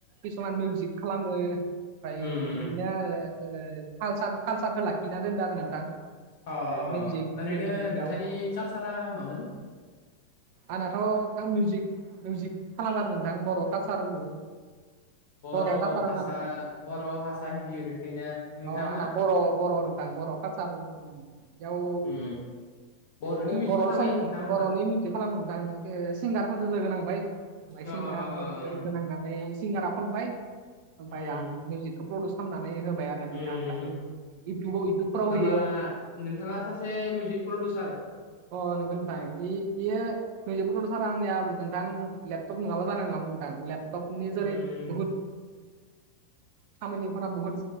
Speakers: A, on the right (about 45°); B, on the left (about 50°).
A: किसुमान मिउजिक खालामो ओमफ्राय
B: उम
A: बिदिनो आरोाल कालसारखौ लाखिना दोनदो आरो नोंथां
B: अ
A: मिउजिक
B: ओरैनो
A: मिउजिकआव
B: नोंथांनि कालसारा मामोन?
A: आंनाथ' मिजिक मिउजिक खालाम आरो नोंथां बर' कालसार होन
B: बर'सा
A: बर' नोंथां
B: बर' भासा हिन्दी ओरै थायोना नोंथाङ
A: अ आंना
B: मा
A: बर' बर' होनदां बर' कालारयाव
B: उम बर'नि मिउजिक
A: ब'
B: खालामबाय
A: सांग
B: नोंथाङा होमबा
A: बर'नि बिदि खालाम दां आं सिंगारफोर लोगो नांबाय आंलाय
B: अ
A: सिंगार
B: अ
A: लोगो
B: अ
A: नांनानै सिंगारा खनबाय ओमफफ्राय
B: उम
A: आं मिउजिकखौ प्रडिउस खालामनानै होबाय आरो। थां
B: उम उम
A: इउथुबाव इउथुबफोराव होयो।
B: होमबा नोंथाङा सासे मिउजिक प्रडिउसार
A: अ नंगौ नोंथां। नजिबकद सार आंनिया नोंथां लेपटप नङाबा जानाय नङामोन नोंथां लेपटपनि
B: उम
A: जेरै बुहुत खामानिफोरा बुहुत